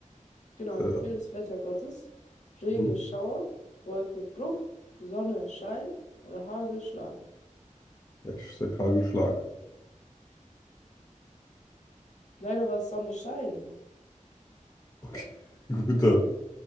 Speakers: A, on the left; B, on the left.
A: Genau, ein
B: Äh,
A: Befehl des Wettergottes. Regen,
B: mhm.
A: Schauer, Wolke, Bruch, Sonne, Schein oder Hagel, Schlag.
B: ja, ich sag Hagelschlag.
A: Leider war es Sonnenschein.
B: Okay, <laughs> gut dann.